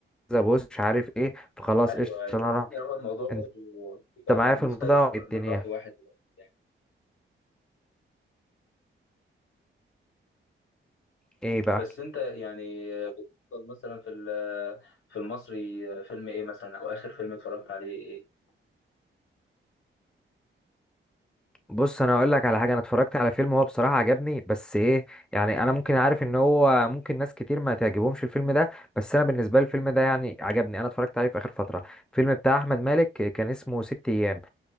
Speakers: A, in the centre; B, on the left.
A: بوست مش عارف ايه فخلاص
B: ايوه
A: قشطه
B: ايوه
A: انا راح
B: لان هو الموضوع برضو
A: انت
B: بيبقى
A: معايا
B: م-
A: في الموضوع
B: مختلف من
A: إيه الدنيا
B: من راي واحد يعني
A: ايه بقى
B: بس انت يعني بتفضل مثلا في ال- في المصري فيلم ايه مثلا او اخر فيلم اتفرجت عليه ايه
A: بص انا هقول لك على حاجه انا اتفرجت على فيلم هو بصراحه عجبني بس ايه يعني انا ممكن عارف ان هو ممكن ناس كتير ما تعجبهمش الفيلم ده بس انا بالنسبه لي الفيلم ده يعني عجبني انا اتفرجت عليه في اخر فتره الفيلم بتاع احمد مالك كان اسمه ست ايام